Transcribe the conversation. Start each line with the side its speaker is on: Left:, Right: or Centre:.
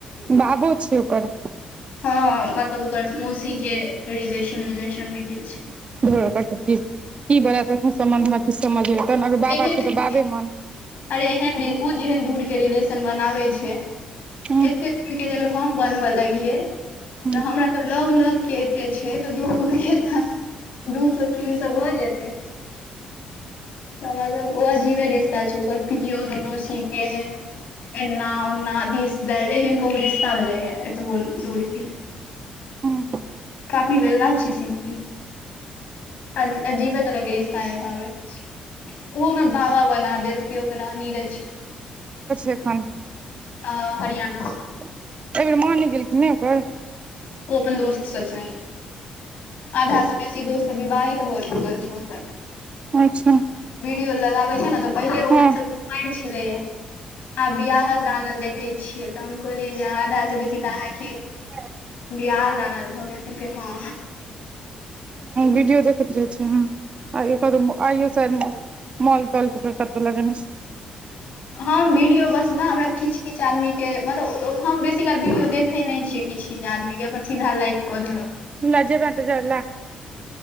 Right: बाबो छै ओकर
Left: हँ मतलब ओकर मौसी के रिलेशन विलेशन मे गेल छी
Right: ध पती की बड़ तखन सम्न्धमे किछु समझ हे तहन अगर बाबा
Left: एहन
Right: छौ तऽ बाबे मन
Left: अरे एहन ओ जेहन दूर के रिलेशन बनाबै छै
Right: हूँ
Left: एते अगर हम बनबऽ लगिये
Right: हूँ
Left: तऽ हमरा तऽ लग लग के एते छै तऽ दूर दूर के तऽ दू सए तीन सए भऽ जेतै तऽ मतलब ओ अजीबे रिश्ता छै ओकर पतियो तहो सीखते हे एना उन्ना धीस देट एहन कोन रिस्ति भलैया एतबो दूड़के
Right: हूँ
Left: काफी बेला छै सिम्पी अजीबे लग रिश्ता न भावे ओहो में बाबा बना देल केओ ओकरानी रह
Right: न
Left: अ हरियाणा
Right: एहि बेेर मां नहि गेलखिन नै ओकर
Left: ओ अपन दोस्त सब स आधा सब बेसी दोस्त विवाहित भ चुकल छै ओकर
Right: अच्छा
Left: वीडियो लगाबे छै ने तऽ पहिले उएह
Right: हँ
Left: सब कुमैर छलेया आब बियाहल दानल देखै छियै तऽ हम कहलियै जे आधा से बेसी तऽ अहांके
Right: <inaudible>
Left: बिआ दान आर भऽ गेल तऽ हँ
Right: विडीयो देखैत रहै छै ह <unintelligible> अइयो सैयद मॉल तॉल फिल्टर लगेने छै
Left: हम वीडियो बसल हमरा किछ किछआदमी के मतलब हम बेसी काल वीडियो देखे नहि छियै किछ किछ जे आदमीे अपन सीधा लाइक क दै नों
Right: लजैबैं त <unintelligible>